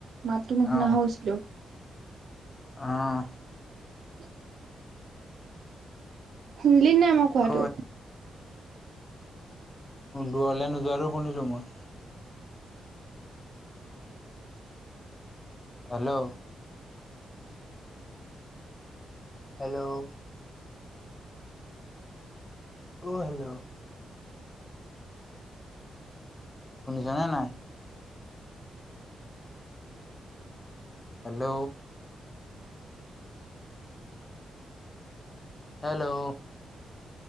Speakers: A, on the right (about 65°); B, on the left (about 20°).
A: মাতটো নুশুনা
B: অ
A: হৈছিলো।
B: অ'।
A: <inaudible> শুনিলি নাই মই কোৱাটো?
B: ক দূৰলৈ নোযোৱাটো শুনিলো মই। হেল্ল'? হেল্ল'? অ, হেল্ল'? শুনিছনে নাই? হেল্ল'? হেল্ল'?